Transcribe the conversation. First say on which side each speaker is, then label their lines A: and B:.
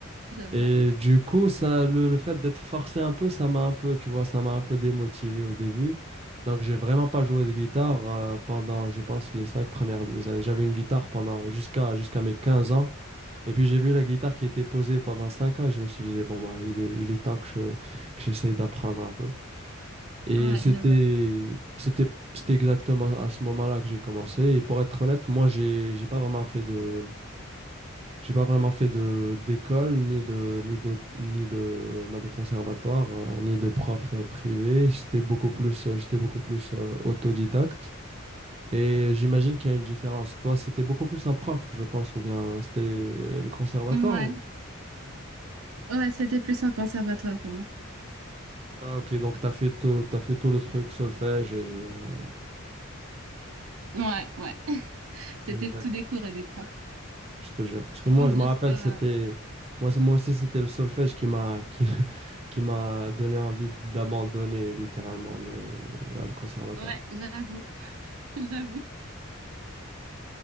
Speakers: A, on the right (about 80°); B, on the right (about 30°).
A: j'avoue.
B: Et du coup, ça, le, le fait d'être forcé un peu, ça m'a un peu, tu vois, ça m'a un peu démotivé au début. Donc, j'ai vraiment pas joué de guitare euh, pendant, je pense, les cinq premières années. J'avais une guitare pendant jusqu'à jusqu'à mes 15 ans. Et puis, j'ai vu la guitare qui était posée pendant cinq ans et je me suis dit, bon, bah, il est, il est temps que je, que j'essaye d'apprendre un peu. Et
A: Ouais,
B: c'était,
A: j'avoue.
B: c'était, c'était exactement à ce moment-là que j'ai commencé. Et pour être honnête, moi, j'ai, j'ai pas vraiment fait de j'ai pas vraiment fait de d'école, ni de ni de ni de, bah, de conservatoire, euh, ni de prof euh, privé. J'étais beaucoup plus euh, j'étais beaucoup plus euh, autodidacte. Et j'imagine qu'il y a une différence. Toi, c'était beaucoup plus un prof, je pense, ou bien c'était le conservatoire
A: Ouais,
B: ou-
A: ouais, c'était plus un conservatoire pour moi.
B: Ah ok, donc t'as fait tout, t'as fait tout le truc, solfège et euh,
A: Ouais, ouais. C'était
B: Exact.
A: tout des cours et des profs.
B: je te jure. Parce
A: Je
B: que moi,
A: pense
B: je me
A: jusqu'à...
B: rappelle, c'était moi, c'est- moi aussi c'était le solfège qui m'a qui, <laughs> qui m'a donné envie d'abandonner littéralement le, le conservatoire.
A: Ouais, j'avoue, <laughs> j'avoue.